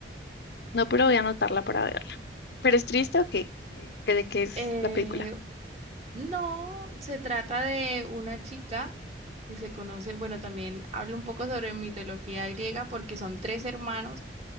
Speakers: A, on the left; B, on the right.
A: no, pero voy a anotarla para verla. ¿Pero es triste o qué? ¿Qué- ¿De qué es
B: Eh,
A: la película?
B: No, se trata de una chica que se conoce, bueno, también hablo un poco sobre mitología griega porque son tres hermanos,